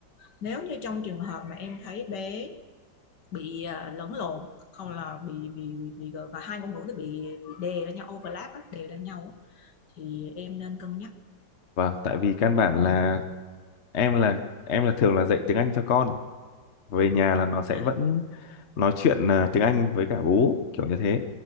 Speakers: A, on the left (about 65°); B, on the left (about 40°).
A: nếu như trong trường hợp mà em thấy bé bị à, lẫn lộn không là bị bị bị, bị gọi hai ngôn ngữ nó bị bị đè lên nhau overlap á, đè lên nhau á, thì em nên cân nhắc
B: vâng, tại vì căn bản
A: ừ.
B: là em là em là thường là dạy tiếng Anh cho con. Về nhà là nó sẽ
A: à,
B: vẫn nói chuyện à, tiếng Anh với cả bố kiểu như thế